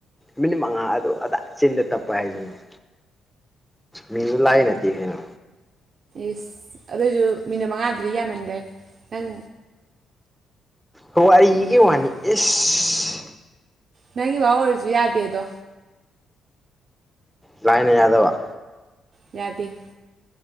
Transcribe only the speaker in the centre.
ꯃꯤꯅꯤꯠ ꯃꯉꯥ ꯑꯗꯨ ꯑꯗꯥ ꯆꯤꯟꯗ ꯇꯞꯄ ꯍꯥꯏꯁꯤꯅꯦ ꯃꯤꯖꯨ ꯂꯥꯏ ꯅꯠꯇꯦ ꯀꯩꯅꯣ
ꯍꯣ ꯑꯩꯒꯤ
ꯋꯥꯅꯤ ꯏꯁ
ꯂꯥꯏꯅ ꯌꯥꯗꯕ